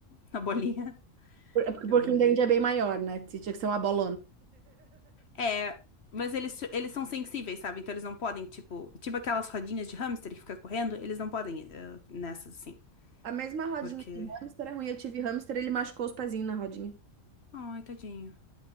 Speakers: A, on the left; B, on the right.
A: Na bolinha. <laughs>
B: É porque
A: Que
B: o porquinho
A: amor.
B: da Índia é bem maior, né? Tinha que ser uma bolona.
A: É, mas eles, eles são sensíveis, sabe? Então eles não podem, tipo, tipo aquelas rodinhas de hamster que fica correndo, eles não podem eh, nessas assim,
B: A mesma rodinha
A: porque
B: de hamster é ruim. Eu tive hamster, ele machucou os pezinhos na rodinha.
A: Ai, tadinho.